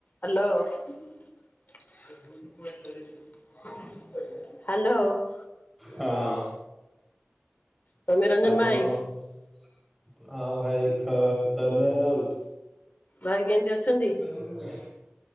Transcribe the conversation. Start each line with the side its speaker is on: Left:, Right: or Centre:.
Left: Hello. Hello.
Centre: ହଁ।
Left: ସୌମ୍ୟ ରଞ୍ଜନ
Centre: ଆପଣ
Left: ଭାଇ
Centre: ହଁ ଭାଇ ଖ ଧନ୍ୟ ରହୁଛି।
Left: ଭାଇ କେମିତି ଅଛନ୍ତି?
Centre: ହ।